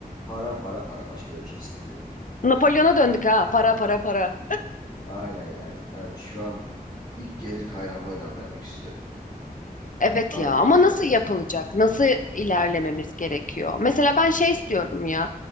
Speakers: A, on the left; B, on the left.
A: para para para başka da bir şey istemiyorum.
B: Napolyon'a döndük ha. Para para para.
A: Aynen yani. Ben şu an ilk gelir kaynağıma önem vermek istiyorum.
B: Evet
A: Daha
B: ya
A: yüksek
B: ama nasıl
A: olsun.
B: yapılacak? Nasıl ilerlememiz gerekiyor? Mesela ben şey istiyorum ya.